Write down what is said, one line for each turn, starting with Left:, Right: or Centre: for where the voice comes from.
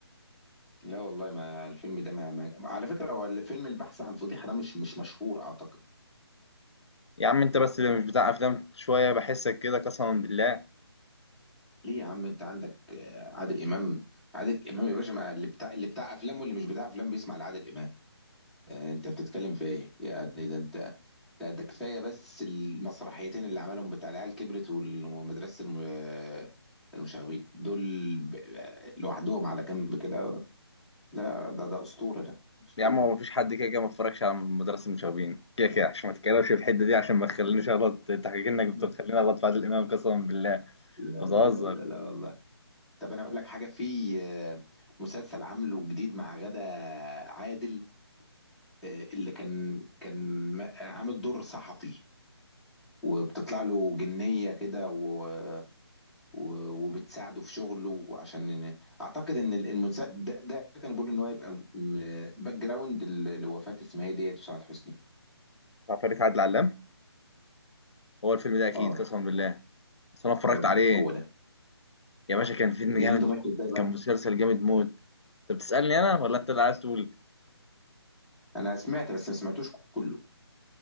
Centre: لا والله ما الفيلم ده ما, ما... على فكره هو الفيلم البحث عن فضيحه ده مش مش مشهور اعتقد
Left: يا عم انت بس اللي مش بتاع افلام شويه بحسك كده قسما بالله
Centre: ليه يا عم انت عندك آه، عادل امام عادل امام يا باشا ما اللي بتاع اللي بتاع افلام واللي مش بتاع افلام بيسمع لعادل امام آه، انت بتتكلم في ايه يعني ده انت ده, ده كفايه بس المسرحيتين اللي عملهم بتاع العيال كبرت ومدرسه الم... آه، المشاغبين دول ب- آه، لوحدهم على جنب كده لا ده ده اسطوره ده اسطوره
Left: يا عم هو مفيش حد كده كده ما اتفرجش على مدرسة المشاغبين كده كده عشان ما تتكلمش في الحتة دي عشان ما تخلينيش اغلط انت حكيت انك بتخليني
Centre: لا
Left: اغلط في عادل امام قسما بالله انت
Centre: لا لا
Left: بتهزر
Centre: لا لا والله طب انا اقول لك حاجه في آه، مسلسل عامله جديد مع غادة عادل آه، اللي كان كان م- عامل دور صحفي وبتطلع له جنيه كده و و- وبتساعده في شغله عشان إن- اعتقد ان ال- المسا... ده, ده كان بيقول ان هو يبقى باك جراوند ل- لوفاة اسمها ايه ديت وسعاد حسني
Left: عفاريت عادل علام هو الفيلم ده اكيد
Centre: اه
Left: قسما بالله اصل انا اتفرجت
Centre: تمام.
Left: عليه
Centre: هو ده
Left: يا باشا كان فيلم
Centre: دنيته
Left: جامد موت
Centre: ماشيه ازاي بقى
Left: كان مسلسل جامد موت انت بتسألني انا ولا انت اللي عايز تقول
Centre: انا سمعت بس ما سمعتوش كله